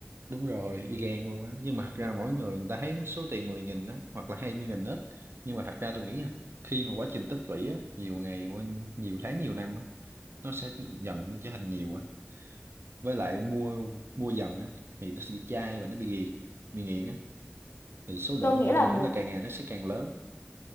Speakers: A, on the right (about 65°); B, on the left (about 65°).
A: đúng rồi y gan luôn á nhưng mà thật ra mỗi người người ta thấy số tiền 10.000 á hoặc là 20.000 ít nhưng mà thật ra tôi nghĩ nha khi mà quá trình tích lũy á nhiều ngày qua nhiều tháng nhiều năm á nó sẽ dần nó trở thành nhiều á với lại mua mua dần á thì nó sẽ bị chai và nó bị nghiện bị nghiện á thì số lượng
B: tôi nghĩ
A: mua
B: là
A: tôi nghĩ là càng ngày nó sẽ càng lớn